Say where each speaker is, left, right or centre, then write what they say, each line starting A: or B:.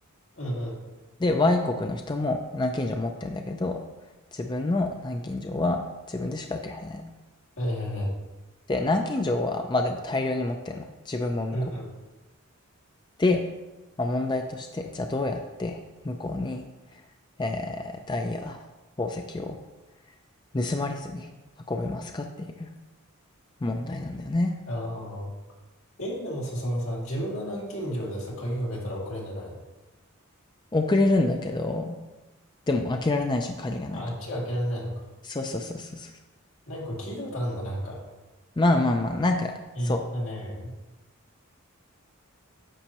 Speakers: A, on the left; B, on the left.
A: うん、うん。
B: で、Y 国の人も南京錠持ってんだけど、自分の南京錠は自分でしか開けられないの。
A: はい、はい、はい。
B: で、南京錠は、まあでも大量に持ってんの。自分も向こう。
A: うん、うん。
B: で、まあ、問題として、じゃあどうやって向こうに、えーダイヤ、宝石を盗まれずに運べますかっていう問題なんだよね。
A: ああ。え、でもさ、そのさ、自分の南京錠でさ、鍵かけたら送れんじゃないの
B: 遅れるんだけど、でも開けられないじゃん、鍵がないから。
A: ああっちが開けられないのか。
B: そうそうそうそうそう。
A: なんか聞いたことあんだ、なんか。
B: まあまあまあ、なんか、
A: えっとね。
B: そう。